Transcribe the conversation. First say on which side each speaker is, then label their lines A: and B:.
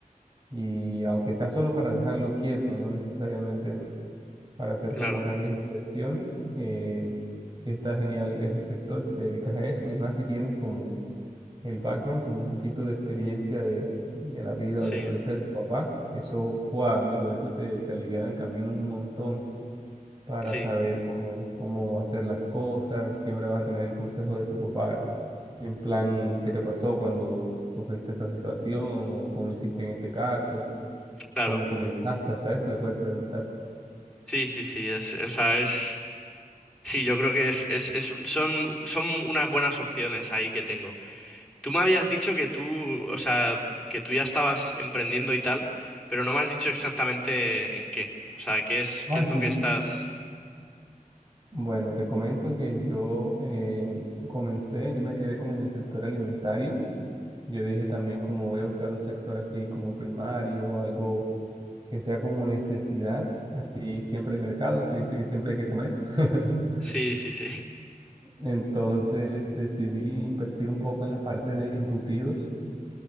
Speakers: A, on the right (about 30°); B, in the centre.
A: Y aunque sea solo para dejarlo quieto, no necesariamente para hacer
B: claro,
A: como grandes inversiones. Eh, sí está genial ese sector si te dedicas a eso y más si tienes como el background, como un poquito de experiencia de, de la vida
B: sí,
A: o la empresa de tu papá. Eso fue, amigo, eso te, te aliviana el camino un montón para
B: sí,
A: saber cómo, cómo hacer las cosas. Siempre vas a tener el consejo de tu papá en plan, ¿qué te pasó cuando sufriste esa situación o cómo hiciste en este caso?
B: claro.
A: ¿Cómo comenzaste? Hasta eso le puedes preguntar.
B: Sí, sí, sí, es, o sea, es, sí, yo creo que es, es, es un- son, son unas buenas opciones ahí que tengo. Tú me habías dicho que tú, o sea, que tú ya estabas emprendiendo y tal, pero no me has dicho exactamente en qué. O sea, qué es,
A: Ah,
B: qué es
A: sí.
B: lo que estás.
A: Bueno, te comento que yo eh, comencé, yo me quedé como en el sector alimentario. Yo dije también como voy a buscar un sector así como primario, algo que sea como necesidad, así siempre de mercado, si viste que siempre hay que comer. <laughs>
B: Sí, sí, sí, <laughs>
A: Entonces decidí invertir un poco en la parte de embutidos,